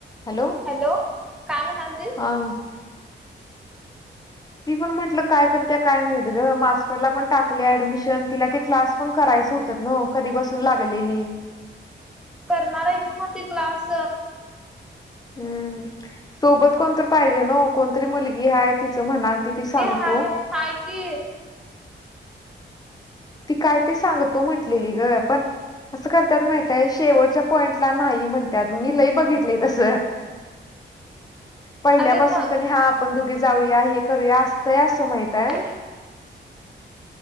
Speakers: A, on the left; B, in the centre.
A: हॅलो
B: हॅलो काय म्हणाल ते
A: हा ती पण म्हंटलं काय करत्या काय माळत ग मास्टरला पण टाकल्या ऍडमिशन तिला ते क्लास पण करायचं होतं न कधी बसून लागलेली.
B: करणार आहे की मग ते क्लास
A: हम्म सोबत कोणत पाहिजे न कोणतरी मुलगी आहे तिचं म्हणाल. ती ती सांगतो
B: ए हाय हाय कि
A: ती काय ते सांगतो म्हटलेली ग पण कसं करतात माहितय शेवटच्या पॉईंटला नाही म्हणतात मी लय बघितलीय तसं.
B: <inaudible>
A: पहिल्यापासून
B: अरे न
A: कणी हा आपण दोघी जाऊया हे करूया असतंय असं माहितय
B: <unintelligible>